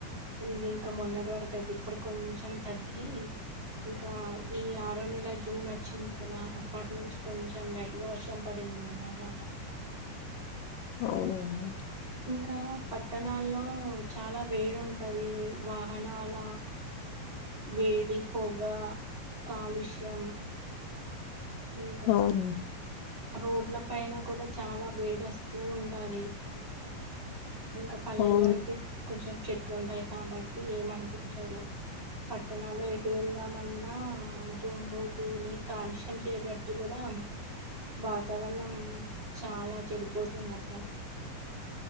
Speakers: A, on the right; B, on the left.
A: ఉంది ఇంకా మొన్నటి వరకు అయితే ఇప్పుడు కొంచెం తగ్గి ఇంకా ఈ ఆరో నెల జూన్ వచ్చింది కదా అప్పటి నుంచి కొంచెం లైట్ గా వర్షం పడి ది మొన్నటి దాక
B: అవున అండి
A: ఇంకా పట్టణాల్లో చాలా వేడి ఉంటది వాహనాల వేడిపోగా కాలుష్యం ఇంకా
B: అవును.
A: రోడ్ల పైన కూడా చాలా వేడస్తూ ఉంటది ఇంకా పల్లెలో
B: అవును.
A: అయితే కొంచెం చెట్లు ఉంటాయి కాబట్టి ఏమనిపించదు పట్టణాల్లో ఎటు వెళ్దాం అన్నా ఆ దుమ్ము ధూలి కాలుష్యం చేయబట్టి కూడా వాతావరణం చాలా చెడిపోతుంది అసలు